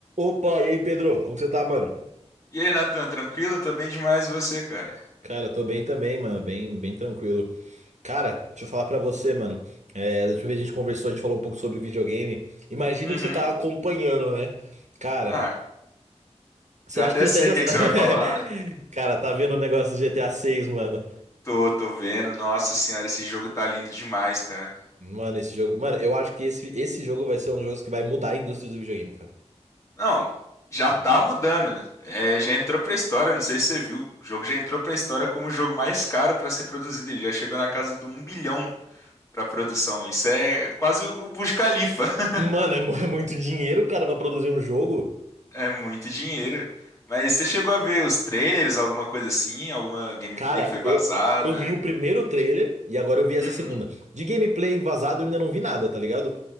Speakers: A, on the right; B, on the left.
A: Opa, e aí, Pedro? Como você tá, mano?
B: E aí, Natan, tranquilo? Tô bem demais e você, cara.
A: Cara, tô bem também, mano. Bem, bem tranquilo. Cara, deixa eu falar pra você, mano. É, da última vez que a gente conversou, a gente falou um pouco sobre videogame. Imagino
B: Uhum.
A: que você tá acompanhando, né? Cara,
B: Ah,
A: você
B: já
A: acha
B: até
A: que até
B: sei
A: já.
B: o que é que você vai falar.
A: <laughs> Cara, tá vendo o negócio do GTA 6, mano?
B: Tô, tô vendo. Nossa senhora, esse jogo tá lindo demais, cara.
A: Mano, esse jogo. Mano, eu acho que esse, esse jogo vai ser um jogo que vai mudar a indústria do videogame, cara.
B: Não, já tá mudando. É, já entrou pra história, não sei se você viu. O jogo já entrou pra história como o jogo mais caro pra ser produzido. Ele já chegou na casa do um bilhão pra produção. Isso é quase o Burj Khalifa. <laughs>
A: Mano, é mu- é muito dinheiro, cara, pra produzir um jogo.
B: É muito dinheiro. Mas você chegou a ver os trailers, alguma coisa assim? Alguma gameplay
A: Cara,
B: que foi vazada?
A: eu, eu vi o primeiro trailer e agora eu vi essa
B: Uhum.
A: segunda. De gameplay vazado eu ainda não vi nada, tá ligado?